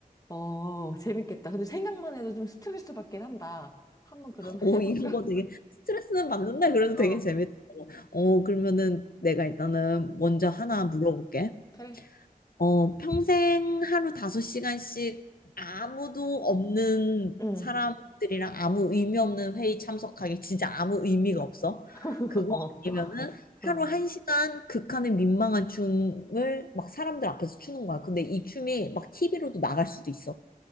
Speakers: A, on the left; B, on the left.
A: 어, 재밌겠다. 근데 생각만 해도 좀 스트레스 받긴 한다. 한번 그러면
B: 어,
A: 해볼까?
B: 이런 거 되게 스트레스는 받는다. 그래도
A: <laughs>
B: 되게
A: 어,
B: 재밌더라고. 어, 그러면은 내가 일단은 먼저
A: 어.
B: 하나 물어볼게.
A: 그래.
B: 어, 평생 하루 다섯 시간씩 아무도 없는
A: 응.
B: 사람들이랑 아무 의미 없는 회의 참석하기 진짜 아무 의미가 없어.
A: <laughs>
B: 그거
A: 어.
B: 아니면은
A: 응.
B: 하루 한 시간 극한의 민망한 춤을 막 사람들 앞에서 추는 거야. 근데 이 춤이 막 TV로도 나갈 수도 있어.